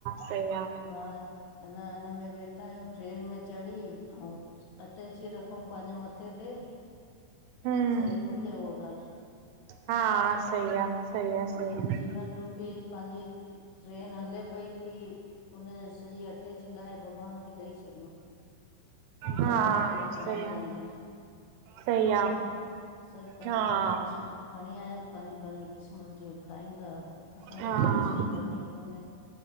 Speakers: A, on the right; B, on the left.
A: सही आ
B: बार अना हिनमे वेठा आहियूं ट्रेन में चढ़ी अऊ अटेची रख खंउ पांजे मत्थे ते
A: हम्म
B: सही थोड़ी आ उहा ॻाल्हि
A: हा
B: न
A: सही आ सही आ सही
B: ही
A: आ
B: जीवन रूपी पांजी ई ई ट्रेन हले पई ती उन्ह ॼी सॼी अटैची लाहे भॻवान खे ॾई छॾियूं तूं
A: हा
B: जाने तेरा
A: सही
B: काम जाने।
A: आ सही आ
B: न सब पांहिंजी
A: हा
B: पांहिंजी क़िस्मत खणीं आया आहिनि, पांहिंजी -पांहिंजी क़िस्मत ॼो खाईंदा, असांखे
A: हा
B: टेंशन करणीं कोन्हे,